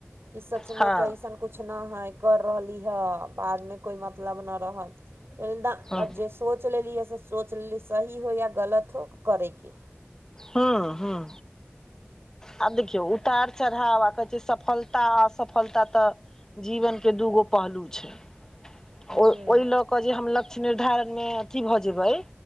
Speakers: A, on the right; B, on the left.
A: कि सचमे
B: हँ
A: तऽ अइसन कछु नहि हइ कर रहली हँ बाद मे कोइ मतलब नैय रहत <unintelligible>
B: हँ
A: आब जे सोच लेली ह से सोचि लेली सही हो या गलत हो करयके
B: ह्म हँ आब देखियौ उतार चढ़ाव आ कहै छै सफलता आ असफलता तऽ जीवन के दूगो पहलू छै ओ
A: हूँ
B: ओहि लऽ केऽ जे हम लक्ष्य निर्धारणमे अथी भऽ जेबै